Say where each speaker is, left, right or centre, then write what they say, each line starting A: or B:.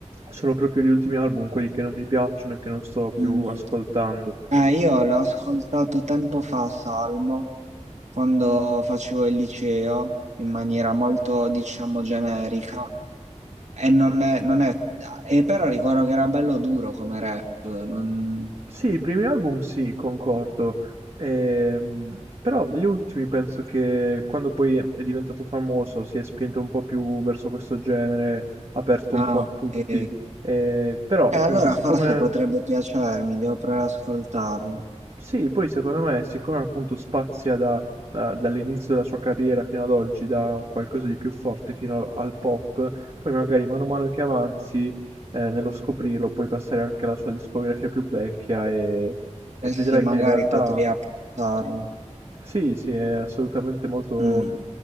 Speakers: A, on the right; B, on the right.
A: sono proprio gli ultimi album quelli che non mi piacciono e che non sto
B: Mm.
A: più ascoltando.
B: Eh, io l'ho ascoltato tempo fa, Salmo. quando facevo il liceo in maniera molto, diciamo, generica e non è, non è- e però ricordo che era bello duro come rap, non...
A: Sì, i primi album sì, concordo. Ehm, però gli ultimi penso che quando poi è è diventato famoso si è spinto un po' più verso questo genere, aperto
B: Ah,
A: un po' a
B: ok.
A: tutti. Eh, però
B: E
A: appunto,
B: allora
A: siccome
B: forse potrebbe piacermi, devo provare ad ascoltarlo.
A: sì, poi secondo me, siccome appunto spazia da- da- dall'inizio della sua carriera fino ad oggi, da un qualcosa di più forte fino al, al pop, poi magari mano a mano che avanzi, eh, nello scoprirlo, puoi passare anche alla sua discografia più vecchia e, e
B: Eh
A: vedrai
B: sì, magari
A: che in realtà
B: potrei apprezzarlo.
A: sì, sì, è assolutamente molto,
B: Mm,